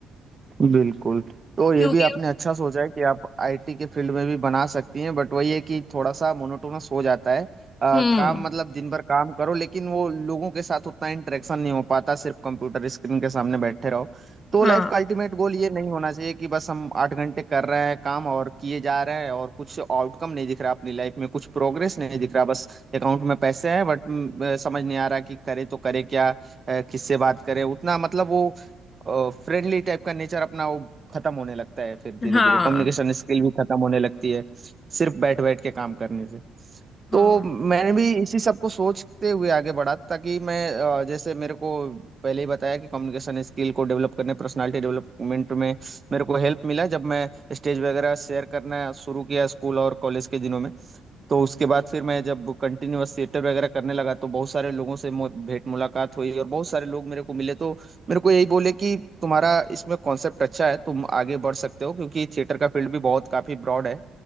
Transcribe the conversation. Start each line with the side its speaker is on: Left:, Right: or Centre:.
Right: बिल्कुल तो ये
Left: क्योंकि
Right: भी आपने अच्छा सोचा है कि आप आईटी के फील्ड में भी बना सकती हैं बट वही है कि थोड़ा सा मोनोटोनस हो जाता है अ,
Left: हम्म
Right: काम मतलब दिन भर काम करो लेकिन वो लोगों के साथ उतना इंटरेक्शन नहीं हो पाता सिर्फ कंप्यूटर स्क्रीन के सामने बैठे रहो तो
Left: हाँ
Right: लाइफ का अल्टीमेट गोल ये नहीं होना चाहिए कि बस हम आठ घंटे कर रहे हैं काम और किए जा रहे हैं और कुछ आउटकम नहीं दिख रहा अपनी लाइफ में कुछ प्रोग्रेस नहीं दिख रहा बस अकाउंट में पैसे हैं बट समझ नहीं आ रहा कि करें तो करें क्या अ, किससे बात करें उतना मतलब वो फ्रेंडली टाइप का नेचर अपना वो खत्म होने लगता है फिर धीरे
Left: हाँ
Right: धीरे कम्युनिकेशन स्किल भी खत्म होने लगती है सिर्फ बैठ बैठ के काम करने से
Left: हाँ
Right: तो मैंने भी इसी सब को सोचते हुए आगे बढ़ा ताकि मैं अ, जैसे मेरे को पहले ही बताया कि कम्युनिकेशन स्किल को डेवलप करने पर्सनालिटी डेवलपमेंट में मेरे को हेल्प मिला जब मैं स्टेज वगैरह शेयर करना शुरू किया स्कूल और कॉलेज के दिनों में तो उसके बाद फिर मैं जब कंटिन्यूअस थिएटर वगैरह करने लगा तो बहुत सारे लोगों से मु- भेंट मुलाकात हुई और बहुत सारे लोग मेरे को मिले तो मेरे को यही बोले कि तुम्हारा इसमें कॉन्सेप्ट अच्छा है तुम आगे बढ़ सकते हो क्योंकि थिएटर का फील्ड भी बहुत काफी ब्रॉड है